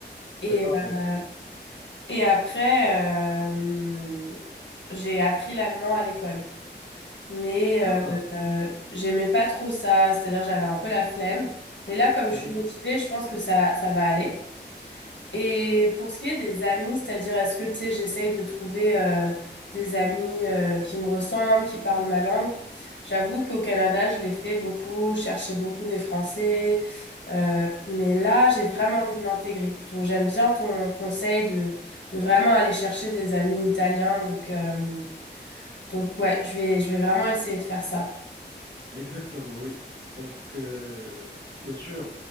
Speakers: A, on the left (about 80°); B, on the right (about 70°).
A: Et,
B: c'est parfait.
A: euh, et après, euh, j'ai appris l'allemand à l'école. Mais
B: D'accord.
A: euh, euh, j'aimais pas trop ça, c'est-à-dire j'avais un peu la flemme. Mais là, comme
B: Mhm.
A: je suis motivée, je pense que ça, ça va aller. Et pour ce qui est des amis, c'est-à-dire est-ce que tu sais, j'essaye de trouver euh, des amis euh, qui me ressemblent, qui parlent ma langue. J'avoue qu'au Canada, je l'ai fait beaucoup, je cherchais beaucoup des Français, euh, mais là, j'ai vraiment envie de m'intégrer. Donc j'aime bien ton conseil de, de vraiment aller chercher des amis italiens. Donc, euh, donc ouais, je vais, je vais vraiment essayer de faire ça.
B: Exactement, oui. Donc, euh, bien sûr,